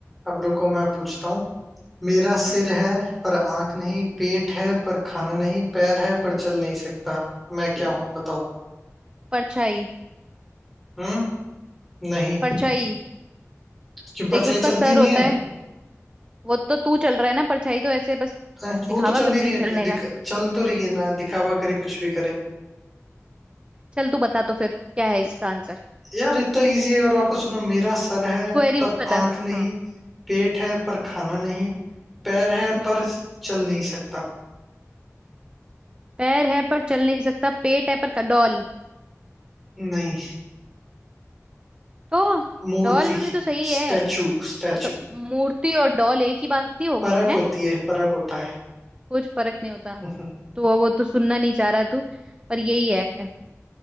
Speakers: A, in the centre; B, on the right.
A: अब रुको मैं पूछता हूँ मेरा सिर
B: हम्म
A: है पर आंख नहीं पेट है पर खाना नहीं पैर है पर चल नहीं सकता मैं क्या हूँ बताओ
B: परछाई
A: हम्म नहीं
B: परछाई
A: क्यों
B: देख
A: परछाई
B: उसका
A: चलती
B: सर
A: नहीं
B: होता
A: है
B: है वो तो तू चल रहा है ना परछाई तो ऐसे बस
A: अह, वो
B: दिखावा
A: तो चल
B: कर
A: ही
B: रही
A: रही
B: है
A: है
B: चलने
A: दिख,
B: का
A: चल तो रही है ना दिखावा करे कुछ भी करे
B: चल तू बता तो फिर क्या है इसका आंसर
A: यार इतना इजी है और वापस सुनो मेरा सर है
B: क्वेरी
A: पर
B: बता
A: आंख नहीं
B: हाँ
A: पेट है पर खाना नहीं पैर है
B: हम्म
A: पर चल नहीं सकता
B: पैर है पर चल नहीं सकता पेट है पर क- डॉल
A: नहीं
B: तो
A: मूर्ति
B: डॉल भी तो सही
A: Statue
B: है
A: statue
B: हाँ तो मूर्ति और डॉल एक ही बात नहीं हो
A: फर्क
B: गई है
A: होती है फर्क होता है
B: कुछ फर्क नहीं होता
A: <laughs>
B: तो वो वो तो सुनना नहीं चाह रहा तू पर यही है